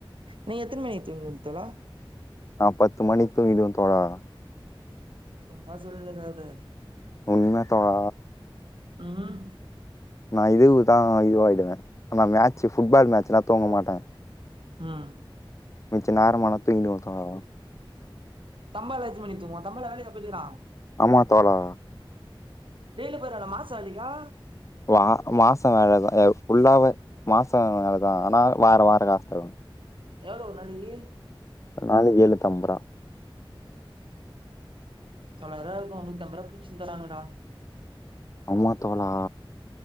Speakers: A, on the right; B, on the left.
A: நீங் எத்தன் மணிக் தூங்வீங் தோழா
B: நா பத்து மணிக் தூங்கிடுவ தோழா
A: சும்மா சொல்னிக்காத
B: உண்ம்யா தோழா
A: ம்
B: நா இதுவுகு தா இது ஆயிடுவ ஆனா மேட்சு ஃபுட்பால் மேட்ச்லா தூங்க மாட்ட
A: ம்
B: மிச்ச நேரமான தூங்கிடுவே தோழா
A: தம்பாலஜி எத்தன் மணிக் தூங்வா தம்பா வேற வேலைக்கா போய்டிக்குறா
B: ஆமா தோழா
A: டெய்லியு போய்ற்றாரா மாசா வேலிக்கா
B: வா மாசோ வேலதா ல் ஃபுல்லாவே மாசோ வேலதா ஆனா வார வார காஸ் தருவாங்க
A: எவ்ளோ ஒரு நாளிக்கி
B: ஒரு நாளைக்கி எழ்னூத்தம்ப்ர்வா
A: தொல்லாய்ருவா இருக்கு நூத்தம்பர்வா புச்சினு தாராங்க டா
B: அம்மா தோழா